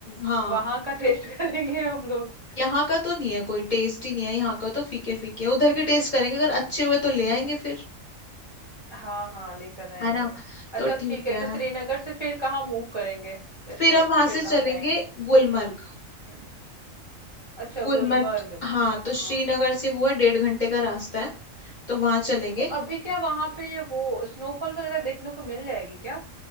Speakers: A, on the left; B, on the right.
A: हाँ
B: वहाँ का टेस्ट <laughs> करेंगे हम लोग।
A: यहाँ का तो नहीं है कोई टेस्ट ही नहीं है यहाँ का तो फीके फीके उधर के टेस्ट करेंगे अगर अच्छे हुए तो ले आएंगे फिर
B: हाँ, हाँ, लेकर आएँगे।
A: है ना
B: अच्छा
A: तो ठीक
B: ठीक है,
A: है
B: तो श्रीनगर से फिर कहाँ मूव करेंगे? जैसे
A: फिर हम वहां
B: फिर
A: से चलेंगे
B: कहाँ जाएँगे?
A: गुलमर्ग
B: हुँ। अच्छा
A: गुलमर्ग
B: गुलमर्ग,
A: हाँ
B: हाँ।
A: तो श्रीनगर से वो है डेढ़ घंटे का रास्ता है तो वहां चलेंगे
B: तो अभी क्या वहाँ पे वो स्नोफॉल वगैरह देखने को मिल जाएगी क्या?